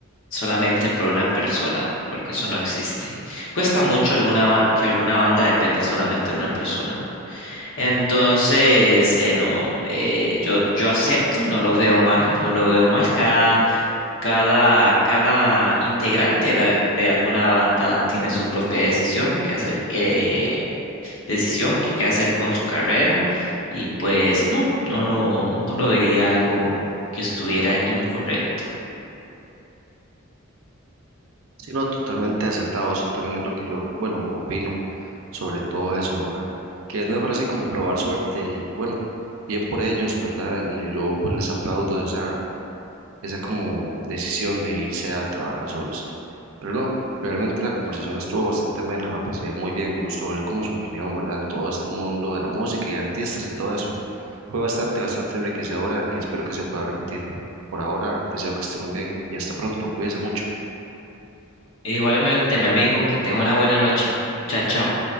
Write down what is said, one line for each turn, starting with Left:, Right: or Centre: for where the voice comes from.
Left: solamente por una persona, porque eso no existe. Cuesta mucho alguna, ba- que alguna banda dependa solamente de una persona. Entonces, eh, no, eh, yo, yo acepto, no lo veo mal, no lo veo mal. Cada, cada, cada integrante de, al- de alguna banda tiene su propia decisión que hacer, eh, decisión que qué hacer con su carrera. Y pues no, no lo, no lo vería algo que estuviera incorrecto.
Right: Sí, no, totalmente acertado. Eso también es lo que yo, bueno, opino sobre todo eso, ¿verdad? Que es mejor así como probar suerte y bueno, bien por ellos, ¿verdad? Y yo pues les aplaudo esa esa como decisión de irse a trabajar solos. Pero no, realmente la conversación estuvo bastante amena, la pasé muy bien, me gustó ver como su opinión, ¿verdad? En todo este mundo de la música y artistas y todo eso. Fue bastante, bastante enriquecedora y espero que se pueda repetir. Por ahora, deseo que esté muy bien y hasta pronto, cuídese mucho.
Left: Igualmente, mi amigo, que tenga una buena noche. Chao, chao.